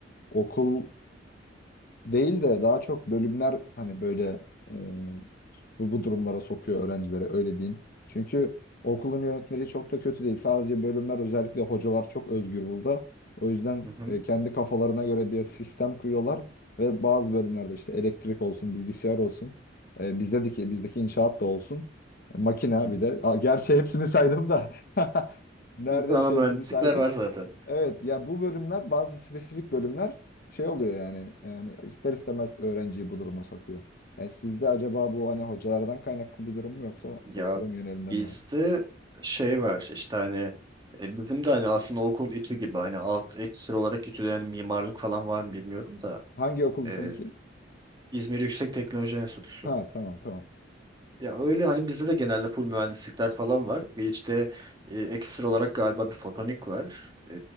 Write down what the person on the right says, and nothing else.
hı hı.
hı.
Bütün ana mühendislikler
var zaten.
Ya
bizde
şey var işte hani e, bizim de hani aslında okul İTÜ gibi hani alt ekstra olarak İTÜ'de yani mimarlık falan var mı bilmiyorum da
Ee,
İzmir Yüksek Teknoloji Enstitüsü.
Ya öyle hani bizde de genelde full mühendislikler falan var. Bir işte e, ekstra olarak galiba bir fotonik var. E,